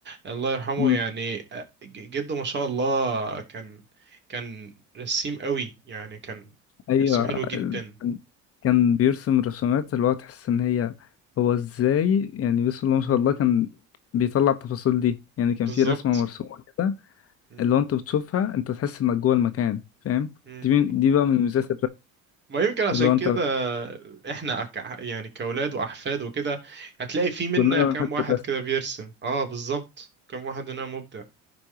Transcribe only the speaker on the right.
الله يرحمه
يعني اه، ج- جده ما شاء الله كان كان رسيم قوي يعني كان
يرسم حلو جدا
مم.
بالظبط
مم.
مم.
ما يمكن عشان
كده احنا أك... يعني كأولاد وأحفاد وكده هتلاقي في منا
كام واحد
كده بيرسم اه بالظبط كام واحد مننا مبدع